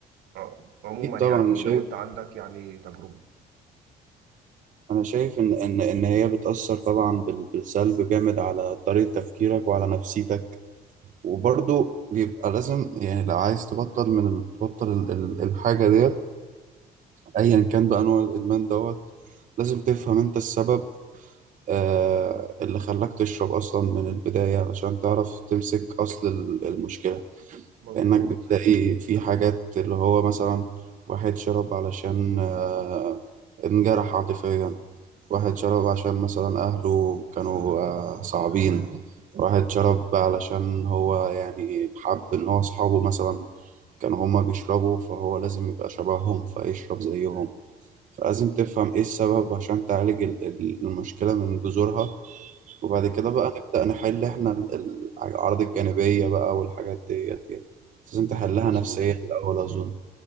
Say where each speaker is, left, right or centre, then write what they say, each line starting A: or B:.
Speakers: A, on the right (about 75°); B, on the right (about 50°).
A: ع- عموما
B: اكيد طبعا
A: يعني
B: انا شايف
A: لو أنت عندك يعني تجربة
B: انا شايف ان ان ان هي بتأثر طبعا بال- بالسلب جامد على طريقة تفكيرك وعلى نفسيتك وبرضه بيبقى لازم يعني لو عايز تبطل من ال- تبطل ال- ال- الحاجة ديت ايا كان بقى نوع الادمان دوت لازم تفهم انت السبب آه اللي خلاك تشرب اصلا من البداية علشان تعرف تمسك اصل ال- المشكلة
A: مظبوط
B: لأنك بتلاقي في حاجات اللي هو مثلا واحد شرب علشان آه، انجرح عاطفيا واحد شرب عشان مثلا أهله كانوا آه، صعبين واحد شرب علشان هو يعني حب إن هو أصحابه مثلا كانوا هما بيشربوا فهو لازم يبقى شبههم فيشرب زيهم فلازم تفهم إيه السبب عشان تعالج ال- ال- المشكلة من جذورها وبعد
A: حلو
B: كده بقى نبدأ نحل احنا ال- ال- الأعراض الجانبية بقى والحاجات ديت يعني لازم تحلها
A: مظبوط
B: نفسيا الأول أظن